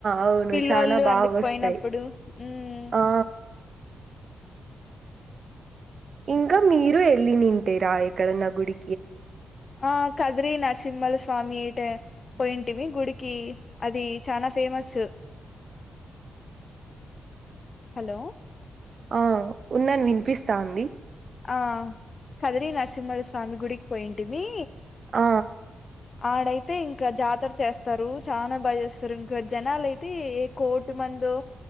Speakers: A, on the right; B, on the left.
A: అవును
B: పిల్లోళ్లు
A: చానా బాగొస్తాయి
B: అందుక్ పోయినప్పుడు మ్
A: ఆ ఇంకా మీరు ఎళ్లీనింటీరా ఎక్కడన్న గుడి
B: ఆ కదిరి నరసింహల్ స్వా స్వామి టె పోయింటిమి గుడికి అది చానా ఫేమసు హలో
A: ఆ ఉన్నాను వినిపిస్తాంది
B: ఆ కదిరి నరసింహల స్వామి గుడికి పోయింటిమీ
A: ఆ
B: ఆడైతే ఇంకా జాతర చేస్తారు చానా బాగా చేస్తారు ఇంకా జనాలయితే ఏ కోటి మంది లో